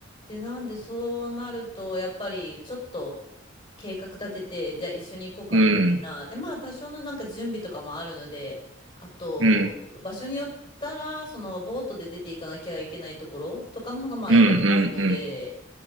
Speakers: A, on the left; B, on the right.
A: で、なんでそうなると、やっぱりちょっと、計画立てて、じゃあ一緒に行こうかみたいな。
B: うん、
A: で、まあ多少のなんか準備とかもあるので、あと、
B: うん、
A: 場所によったら、そのボートで出ていかなきゃいけないところとかの方がまあやっぱり多いので、
B: うん、うん、